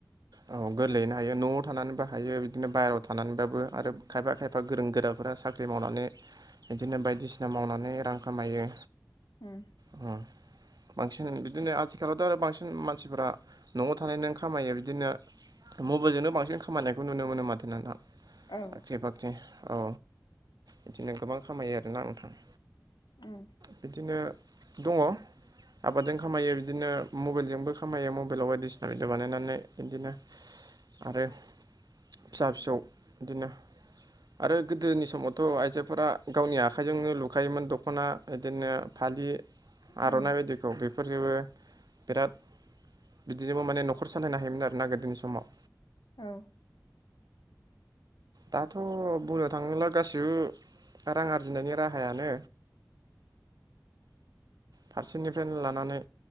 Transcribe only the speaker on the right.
औ गोरलैयैनो हायो न'आव थानानैबो हायो बिदिनो बाहेरायाव थानानैबाबो आरो खायफा खायफा एफा गोरों गोराफ्रा साख्रि मावनानै बिदिनो बायदिसिना मावनानै रां खामायो।
उम बांसिनानो बि बिदिनो आथिखालावथ' आरो बांसिन मानसिफोरा न'आव थानाय नों खामायो बिदिनो मबाइलजोंनो बांसिन खामानिनायखौ नुनो मोनो माथो नोंथां
बख्रि बाख्रि औ बिदिनो गोबां खामायो आरोना नोंथां।
बिदिनो दङ आबादजों खामायो बिदिनो मबाइलजोंबो खामायो मबाइलाव बायदिसिना भिडअ बानायनानै बिदिनो आरो फिसा फिसौ बिदिनो आरो गोदोनि समाव थ' आइजोफोरा गावनि आखाइजोंनो लुखायोमोन दख'ना बिदिनो फालि आर'नाइ
बायदिखौ बेफोरजोंबो बिराद बिदिजोंबो माने न'खर सालायनो हायोमोन आरो ना गोदोनि समाव
दाथ' बुंनो थाङोब्ला गासिबो रां आरजिनायनि राहायानो फारसेनिफ्रायनो ला थानानै